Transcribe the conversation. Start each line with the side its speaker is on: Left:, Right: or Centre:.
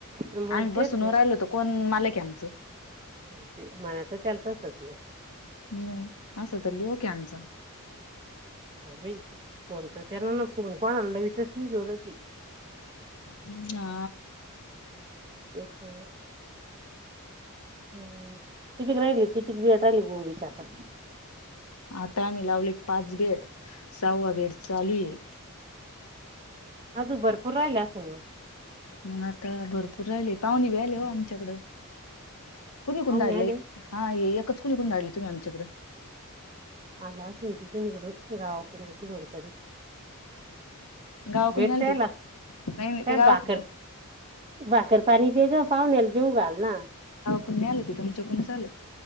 Right: मग
Left: आम्ही
Right: तेच
Left: बसून राहिलो तो कोण मालक ये आमचं
Right: अ ते <unintelligible> त्याला तसच मी
Left: हम्म असं त ल्योक ये आमचा
Right: हा बई <unintelligible> कोणत <unintelligible> कोणला लावितच नई <unintelligible>
Left: हम् आ
Right: <unintelligible> <unintelligible> कितीक राहिली, कितीक बिया टाकली गोबीच्या आता
Left: आता आम्ही लावले पाच बेड, सहावा बेड चालू ये
Right: अजून भरपूर राहिले असेल मंग
Left: मंग आता भरपूर राहिले, पाहुणे बी आले हो आमच्याकडं कुणी
Right: पाहुणे
Left: कुणी धाडलंय,
Right: आले
Left: हा हे एकच कुणीकून धाडले तुम्ही आमच्याकड
Right: आला आसन <unintelligible> कुणीकडून गावा <unintelligible>
Left: गावाकडून
Right: भेट
Left: नाही
Right: तयला
Left: आले ते
Right: <unintelligible>
Left: नाही नाही ते गावा
Right: बाकर भाकर पाणी दे ग, पाहुन्याला जेऊ घाल ना
Left: कुणी आलं ते तुमच्या कुणीच आल?